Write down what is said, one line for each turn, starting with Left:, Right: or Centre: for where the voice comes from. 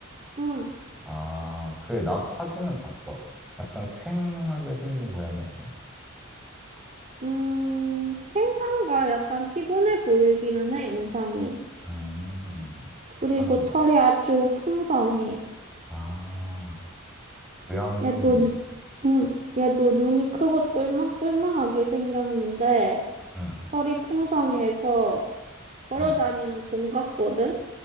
Right: 음,
Centre: 아, 그, 나도 사진은 봤어. 약간 퀭하게 생긴 고양이 아니야?
Right: 음, 캥상과 약간 피곤해 보이기는 해, 인상이.
Centre: 음,
Right: 그리고
Centre: 그런
Right: 털이
Centre: 거.
Right: 아주 풍성해.
Centre: 아, 고양이.
Right: 얘도, 눈- 음, 얘도 눈이 크고 똘망똘망하게 생겼는데,
Centre: 응,
Right: 털이 풍성해서 걸어
Centre: 응.
Right: 다니는 공 같거든?